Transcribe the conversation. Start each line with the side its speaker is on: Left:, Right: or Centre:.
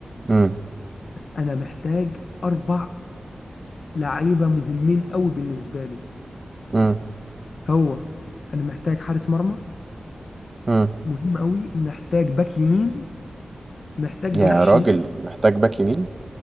Right: امم
Left: انا محتاج اربع لعيبه مهمين قوي بالنسبه لي
Right: امم
Left: هو انا محتاج حارس مرمى
Right: امم
Left: مهم قوي محتاج باك يمين محتاج
Right: يا
Left: جناح شمال
Right: راجل محتاج باك يمين